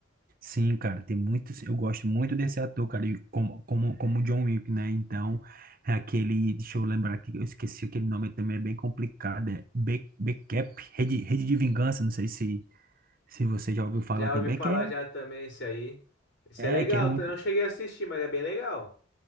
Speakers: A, on the right (about 45°); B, on the left (about 55°).
A: Sim, cara, tem muitos. Eu gosto muito desse ator, cara, e como, como, como John Wick, né? Então, é aquele. Deixa eu lembrar aqui, eu esqueci aquele nome também, é bem complicado. É Be- Becap, Rede, Rede de Vingança, não sei se, se você já ouviu falar
B: Já
A: também,
B: ouvi falar
A: que é,
B: já também esse aí. Esse
A: é,
B: é legal,
A: que é muito.
B: eu não cheguei a assistir, mas é bem legal.